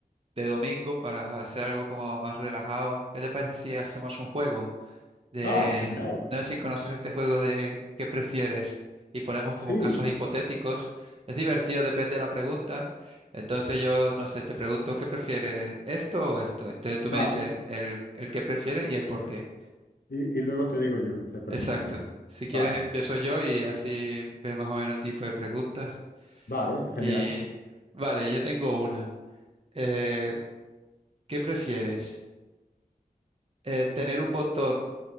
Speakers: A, on the right; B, on the left.
A: de domingo, para hacer algo como más relajado, ¿qué te parece si hacemos un juego? de,
B: Ah, genial.
A: no sé si conoces este juego de qué prefieres y ponemos como
B: Sí,
A: casos hipotéticos. Es divertido, depende de la pregunta. Entonces yo, no sé, te pregunto qué prefieres, esto o esto. Entonces tú
B: vale.
A: me dices el, el qué prefieres y el por qué.
B: Y, y luego te digo yo, te pregunto
A: Exacto.
B: yo.
A: Si quieres
B: Vale,
A: empiezo yo y así ves más o menos el tipo de preguntas.
B: vale, genial.
A: Y vale, yo tengo una. Eh, ¿qué prefieres? Eh, ¿tener un botón